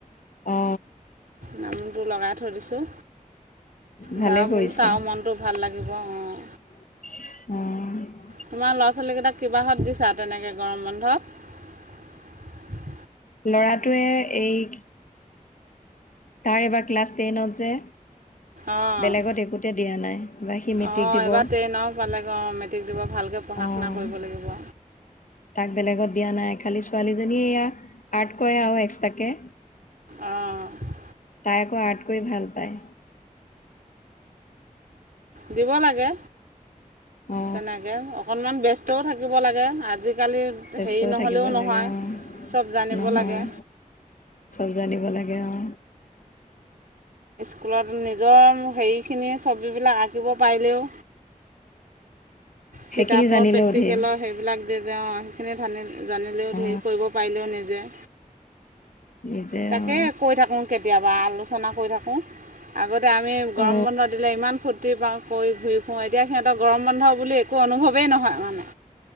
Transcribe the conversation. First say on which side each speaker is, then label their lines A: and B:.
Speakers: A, on the left; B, on the right.
A: অ
B: নামটো লগাই থৈ দিছোঁ
A: ভালে
B: যাওক
A: কৰিছা
B: বুলো তাও মনটো ভাল লাগিব অঁ
A: উম
B: তোমাৰ ল'ৰা ছোৱালী কেইটাক কিবাহত দিছা তেনেকৈ গৰম বন্ধত
A: ল'ৰাটোৱে এই এইবাৰ ক্লাছ টেইনত যে
B: অঁ
A: বেলেগত একোতে দিয়া নাই বা সি মেট্ৰিক
B: অঁ
A: দিব
B: এইবাৰ ট্ৰেইনৰ পালেগ অ মেট্ৰিক দিব ভালকৈ পঢ়া
A: অ
B: শুনা কৰিব লাগিব।
A: তাক বেলেগত দিয়া নাই খালি ছোৱালীজনীয়ে এয়া আৰ্ট কৰে আৰু এক্সট্ৰাকে।
B: অঁ
A: আকৌ আঠ কৰি ভাল পায়।
B: দিব লাগে
A: অ
B: তেনেকে অকনমান ব্যস্ত থাকিব লাগে আজি আজিকালি
A: ব্যস্তও
B: হেৰি নহ'লেও
A: থাকিব
B: নহয়
A: লাগে অ
B: চব জানিব
A: নহয়
B: লাগে।
A: চব জানিব লাগে অ।
B: স্কুলত নিজৰ হেৰিখিনি ছবিবিলাক আঁকিব পাৰিলেও।
A: সেইখিনি
B: কিতাপৰ
A: জানিলেও
B: প্ৰেক্টিকেলৰ
A: ধেৰ
B: সেইবিলাক তেওঁ সেইখিনি ধানি জানিলেও
A: অ
B: ধেৰ কৰিব পাৰিলেও নিজে
A: নিজে
B: তাকে
A: অ
B: কৈ থাকো কেতিয়া বা আলোচনা কৰি থাকোঁ আগত তাতে আমি গৰম
A: অ
B: বন্ধ দিলে ইমান ফূৰ্তি পাওঁ। কৰি ঘূৰি ফুওঁ এতিয়া সিহঁত গৰম বন্ধ বুলি <unintelligible> একো অনুভৱেই নহয় মানে